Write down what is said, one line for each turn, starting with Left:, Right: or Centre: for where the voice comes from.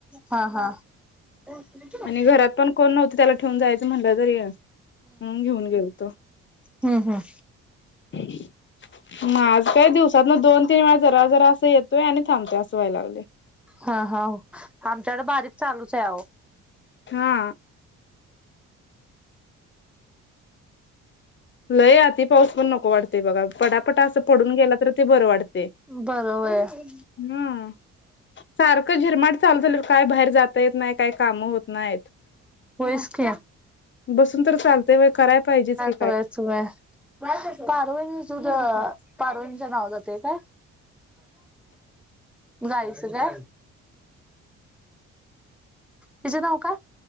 Centre: हा हा हम्म
Left: आणि घरात पण कोण नव्हत त्याला ठेऊून जायचं म्हणलं तरी म्हणून घेऊन गेलतो
Centre: हम हा
Left: हम् ना आज काही दिवसात म दोन तीन वेळा जरा जरा असं येतोय आणि थांबतेय असं व्हाय लागले
Centre: हा हा आमच्याकडे बारीक चालूच आहे अह
Left: हा लय आती पाऊस पण नको वाटतेय बघा पटापटा असं पडून गेला तर ते बरं वाटते
Centre: बरोबर आहे.
Left: हम्म सारखं झिरमाट चालू झा काय बाहेर जाता येत नाही काय कामं होत नाहीत
Centre: होयच की
Left: बसून तर चालते व कराय पाहिजेच कि
Centre: स पारवेणी जुध पारवेणीच नाव जाते का गायच का तचे नाका